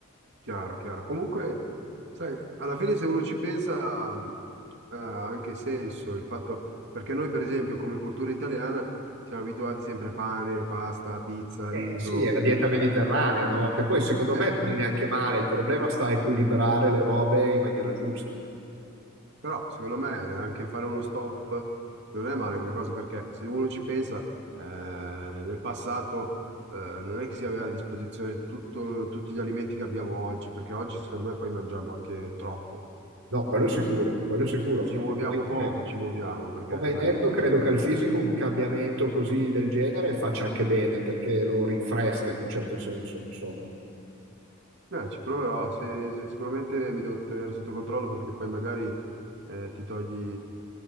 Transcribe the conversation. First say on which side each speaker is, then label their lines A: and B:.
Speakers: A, on the right; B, on the right.
A: chiaro, chiaro. Comunque, sai, alla fine se uno ci pensa mh, ha anche senso il fatto, perché noi per esempio come cultura italiana siamo abituati sempre a pane, pasta, pizza,
B: Eh
A: riso
B: sì, è la dieta mediterranea, no? Che poi secondo
A: Eh,
B: me non è neanche male, il problema sta a equilibrare le robe in maniera giusta.
A: però secondo me eh, anche fare uno stop non è male come cosa perché se uno ci pensa, eh, nel passato eh, non è che si aveva a disposizione tutto- tutti gli alimenti che abbiamo oggi, perché oggi secondo me poi mangiamo anche troppo.
B: No, quello è sicuro, quello è sicuro.
A: Ci muoviamo
B: E poi come-
A: poco, ci muoviamo perché,
B: Come hai
A: sai,
B: detto, credo che al fisico un cambiamento così del genere faccia anche bene perché lo rinfresca in un certo senso, non so.
A: eh, ci proverò, se- se- sicuramente mi devo tenere sotto controllo perché poi magari eh, ti togli